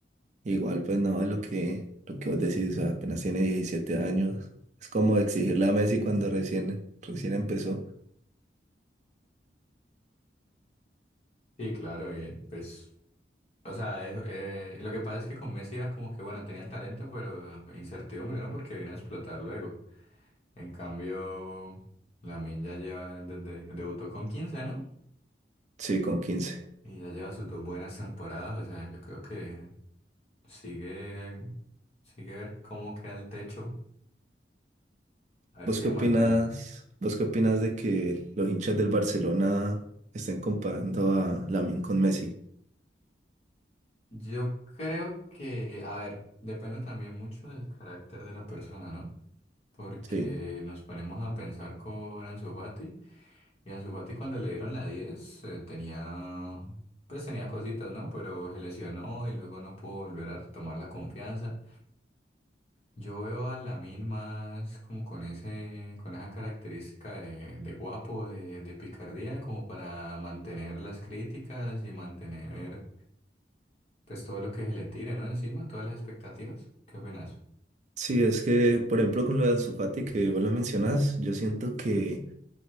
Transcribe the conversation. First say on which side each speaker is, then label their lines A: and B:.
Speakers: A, on the right; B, on the left.
A: Igual, pues no, es lo que, lo que vos decís, o sea, apenas tiene 17 años. Es como exigirle a Messi cuando recién, recién empezó.
B: Sí, claro, y pues, o sea, es- eh, lo que pasa es que con Messi era como que, bueno, tenía el talento, pero incertidumbre, ¿no? Porque vino a explotar luego. En cambio, Lamine ya lleva, desde, debutó con quince ¿no?
A: Sí, con quince.
B: Y ya lleva sus dos buenas temporadas, o sea, yo creo que sigue sigue sí ver cómo queda el techo, a ver
A: ¿Vos
B: si
A: qué
B: se
A: opinas?
B: mantiene.
A: ¿Vos qué opinas de que los hinchas del Barcelona estén comparando a Lamine con Messi?
B: Yo creo que, a ver, depende también mucho del carácter de la persona, ¿no? Porque
A: Sí.
B: nos ponemos a pensar con Ansu Fati, y Ansu Fati cuando le dieron la diez eh, tenía, pues tenía cositas, ¿no? Pero se lesionó y luego no pudo volver a retomar la confianza. Yo veo a Lamine más como con ese, con esa característica de, de guapo, de, de picardía, como para mantener las críticas y mantener pues todo lo que se le tire, ¿no? Encima, todas las expectativas. ¿Qué opinas?
A: Sí, es que, por ejemplo, con lo de Ansu Fati que vos lo mencionás, yo siento que